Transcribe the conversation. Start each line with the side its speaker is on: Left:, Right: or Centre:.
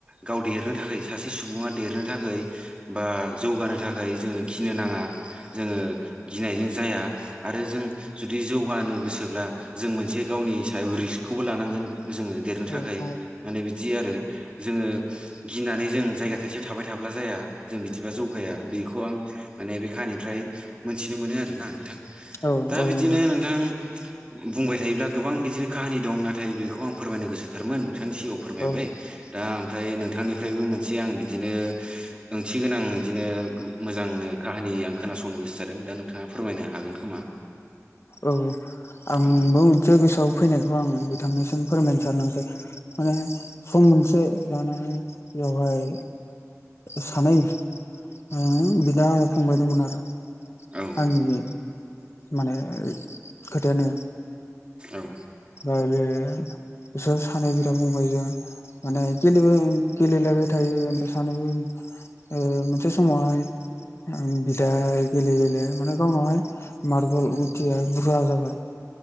Right: गाव देरनो थाखाय सासे सुबुङा देरनो थाखाय बा जौगानो थाखाय जोङो गिनो नाङा। जोङो गिनायजों जाया आरो जों जुदि गानो गोसोब्ला जों मोनसे गावनि सायाव रिस्कखौबो लानांगोन जोङो देरनो
Left: नंगौ
Right: थाखाय।
Left: औ उम औ
Right: माने बिदि आरो जोङो गिनानै जों जायगा थाइसेयाव थाबाय थाब्ला जाया। जों बिदिबा जौगाया बेखौ आं माने बे कानिफ्राय मोनथिनो मोनो आरोना नोंथां।
Left: औ औ
Right: दा
Left: नंगौ
Right: बिदिनो नोंथां बुंबाय थायोब्ला गोबां बिदिनो काहानि दं नाथाय बेखौ आं फोरमायनो गोसोथारमोन नोंथांनि सिाङाव फोरमायबाय।
Left: औ
Right: दा ओमफ्राय नोंथांनिफ्रायबो मोनसे आं बिदिनो ओंथि गोनां बिदिनो मोजांनो काहानि आं खोनासंनो गोसो जादों दा नोंथाङा फोरमायनो हागोन खोमा।
Left: औ आंबो
Right: औ
Left: मोनसे गोसोआव फैनायखौ आं बिथांनिसिम फोरमायनो सारदोंसै। उम सम मोनसे लानानै बेवहाय सानै ओ बिदा आरो फंबायदोंंमोन आरो।
Right: औ
Left: आंनि माने खोथायानो
Right: ओं
Left: दा बे बिसोर सानै बिदा बुंबाय जों माने गेलेयो गेले लायबाय थायो ओमफाय सानैबो ओ मोनसे समावहाय ओम बिदा गेले गेले माने गावनावहाय मार्बल गुथिया बुरजा जाबाय